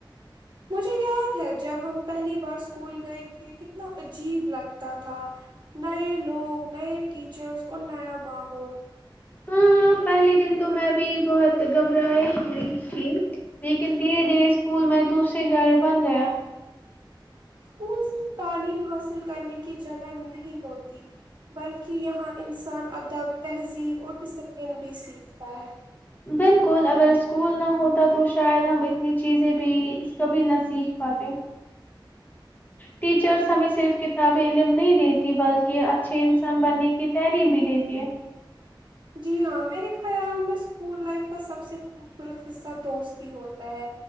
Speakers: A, on the right; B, on the left.
A: مجھے یاد ہے جب ہم پہلی بار اسکول گئے تھے کتنا عجیب لگتا تھا نئے لوگ نئے ٹیچرس اور نیا ماحول
B: ہاں پہلے دن تو میں بھی بہت گھبراہ ہوئی تھی لیکن دھیرے دھیرے اسکول میں دوسرے گھر بن گیا
A: اسکولس کی تعلیم حاصل کرنے کی جگہ نہیں ہوتی بلکہ یہاں انسان ادب تہذیب اور ڈسپ سلن بھی سیکھتا ہے
B: بالکل اگر اسکول نہ ہوتا تو شاید ہم اتنی چیزیں بھی کبھی نہ سیکھ پاتے ٹیچرس ہمیں صرف کتاب علم نہیں دیتی بلکہ اچھے انسان بننے کی تعلیم بھی دیتی ہے
A: جی ہاں میرے خیال میں اسکول لائف کا سب سے خوبصورت حصہ دوست ہی ہوتا ہے